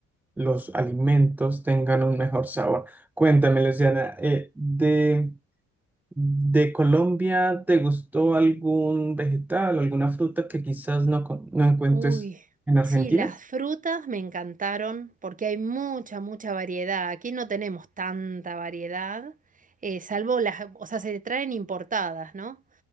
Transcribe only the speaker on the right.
Uy,
sí, las frutas me encantaron porque hay mucha, mucha variedad. Aquí no tenemos tanta variedad, eh, salvo las, o sea, se traen importadas, ¿no?